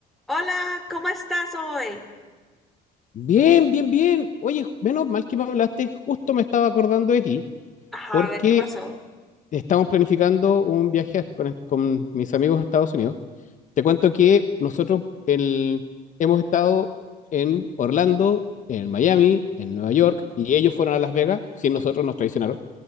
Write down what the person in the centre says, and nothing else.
Hola, ¿cómo estás hoy?
Ajá,
a ver qué pasó.